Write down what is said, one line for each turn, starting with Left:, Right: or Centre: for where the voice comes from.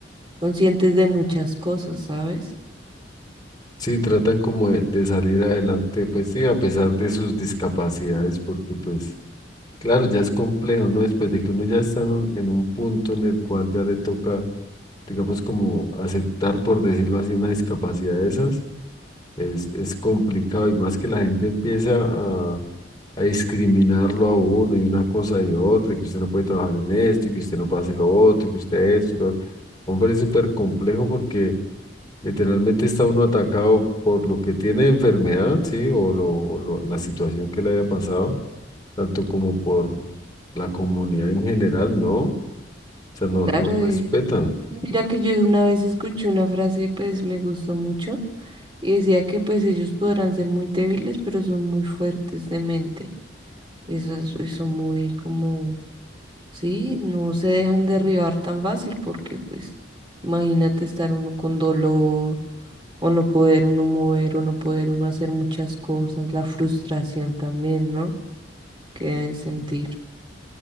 Right: conscientes de muchas cosas, ¿sabes?
Left: Sí, tratan como de, de salir adelante, pues sí, a pesar de sus discapacidades, porque pues, claro, ya es complejo, ¿no? Después de que uno ya está en un, en un punto en el cual ya le toca, digamos, como aceptar, por decirlo así, una discapacidad de esas, es, es complicado y más que la gente empieza a, a discriminarlo a uno y una cosa y otra, y que usted no puede trabajar en esto, y que usted no puede hacer lo otro, y que usted esto, y lo otro. Hombre, es súper complejo porque... Literalmente está uno atacado por lo que tiene de enfermedad, ¿sí? O, lo, o lo- la situación que le haya pasado, tanto como por la comunidad en general, ¿no? O sea, no,
Right: Claro,
Left: no
Right: eh,
Left: respetan.
Right: mira que yo una vez escuché una frase, pues me gustó mucho, y decía que pues ellos podrán ser muy débiles, pero son muy fuertes de mente. Esas eh, son muy como, sí, no se dejan derribar tan fácil porque pues imagínate estar uno con dolor o no poder uno mover o no poder uno hacer muchas cosas, la frustración también, ¿no? Que deben sentir,